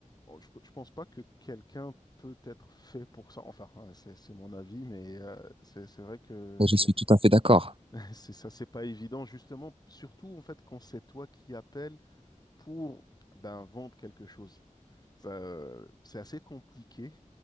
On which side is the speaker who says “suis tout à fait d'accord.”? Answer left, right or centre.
Right